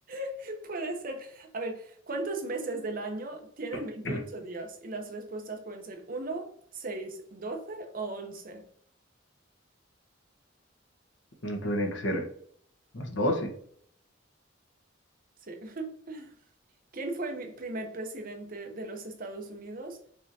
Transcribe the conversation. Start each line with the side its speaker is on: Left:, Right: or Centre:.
Right: <laughs> Puede ser. A ver, ¿cuántos meses del año tienen
Left: <clears throat>
Right: 28 días? Y las respuestas pueden ser uno, seis, doce o once.
Left: Tendrían que ser las doce
Right: Sí. <laughs> ¿Quién fue el mi- primer presidente de los Estados Unidos?